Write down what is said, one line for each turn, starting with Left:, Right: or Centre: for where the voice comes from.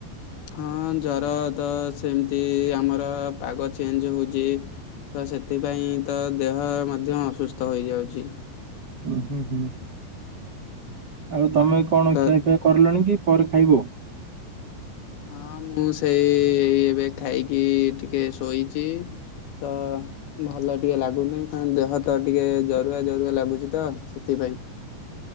Left: ହଁ ଜର ତ ସେମିତି ଆମର ପାଗ ଚେଞ୍ଜ ହୋଉଚି ତ ସେଥିପାଇଁ ତ ଦେହ ମଧ୍ୟ ଅସୁସ୍ଥ ହୋଇଯାଉଚି।
Right: ହୁଁ ହୁଁ ହୁଁ ଆଉ ତମେ କଣ
Left: ତ
Right: ଖିଆଫିଆ କରିଲଣି କି ପରେ ଖାଇବୋ।
Left: ହଁ ମୁଁ ସେଇ ଏବେ ଖାଇକି ଟିକେ ଶୋଇଚି। ତ ଭଲ ଟିକେ ଲାଗୁନି କ ଦେହ ତ ଟିକେ ଜରୁଆ ଜରୁଆ ଲାଗୁଛି ତ ସେଥିପାଇଁ।